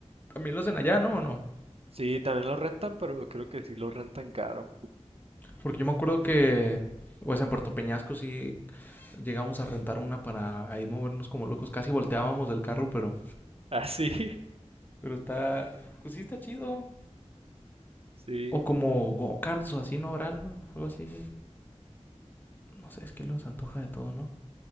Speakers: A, on the left (about 15°); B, on the right (about 55°).
A: también lo hacen allá, ¿no? ¿O no?
B: Sí, también los rentan, pero creo que sí los rentan caro.
A: Porque yo me acuerdo que, pues en Puerto Peñasco sí llegamos a rentar una para ahí movernos como locos. Casi volteábamos del carro, pero...
B: Ah, sí. <laughs>
A: Pero está... Pues sí está chido.
B: Sí,
A: O como go-karts o así, ¿no habrá algo? Algo así. No sé, es que los antoja de todo, ¿no?